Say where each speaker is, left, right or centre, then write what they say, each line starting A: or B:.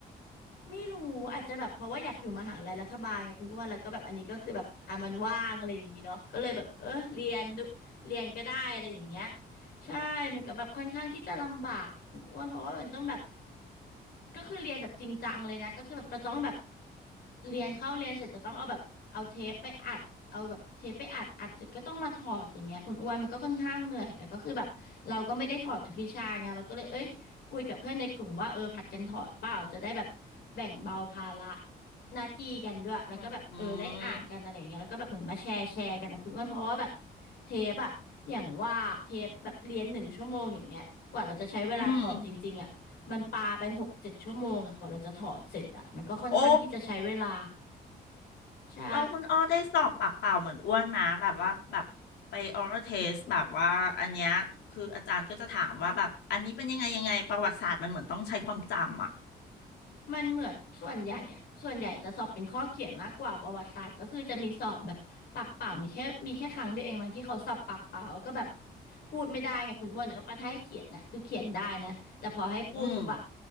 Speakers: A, on the left (about 65°); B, on the left (about 90°).
A: ไม่รู้อาจจะแบบเพราะว่าอยากอยู่มหาลัยรัฐบาลกับคุณอ้วนแล้วก็แบบอันนี้ก็คือแบบอ่ะมันว่างอะไรอย่างนี้เนาะก็เลยแบบเออเรียนดูเรียนก็ได้อะไรอย่างเงี้ยใช่มันก็แบบค่อนข้างที่จะลำบากกับคุณอ้วนเพราะว่ามันต้องแบบก็คือเรียนแบบจริงจังเลยนะก็คือแบบจะต้องแบบเรียนเข้าเรียนเสร็จจะต้องเอาแบบเอาเทปไปอัดเอาแบบเทปไปอัดอัดเสร็จก็ต้องมาถอดอย่างเงี้ยคุณอ้วนมันก็ค่อนข้างเหนื่อยแต่ก็คือแบบเราก็ไม่ได้ถอดทุกวิชาไงเราก็เลยเอ้ย คุยกับเพื่อนในกลุ่มว่าเออผัดกันถอดเปล่าจะได้แบบแบ่งเบาภาระหน้าที่กันด้วยแล้วก็แบบเออได้อ่านกันอะไรอย่างเงี้ยแล้วก็แบบเหมือนมาแชร์แชร์กันนะคุณอ้วนเพราะว่าแบบ
B: อืม
A: เทปอะอย่างว่าเทปแบบเรียนหนึ่งชั่วโมงอย่างเงี้ยกว่าเราจะใช้เวลาถอดจริงๆอะมันปาไปหกเจ็ดชั่วโมงอะกว่าเราจะถอดเสร็จอะมันก็ค่อนข้างที่จะใช้เวลา
B: อืมโอ้
A: ใช่
B: แล้วคุณอ้อได้สอบปากเปล่าเหมือนอ้วนมาแบบว่าแบบไปออ a เทสแบบว่าอันเนี้ยคืออาจารย์ก็จะถามว่าแบบอันนี้เป็นยังไงยังไงประวัติศาสตร์มันเหมือนต้องใช้ความจำอ่ะ
A: มันเหมือนส่วนใหญ่อะส่วนใหญ่จะสอบเป็นข้อเขียนมากกว่าประวัติศาสตร์ก็คือจะมีสอบแบบปากเปล่ามีแค่มีแค่ครั้งเดียวเองบางที่เขาสอบปากเปล่าก็แบบพูดไม่ได้ไงคุณอ้วนเออปะถ้าให้เขียนน่ะคือเขียนได้นะแต่พอให้พูดปุ๊บอะ
B: อืม